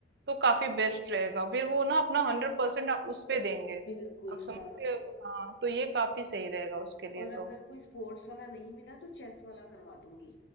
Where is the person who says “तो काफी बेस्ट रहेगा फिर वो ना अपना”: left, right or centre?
Right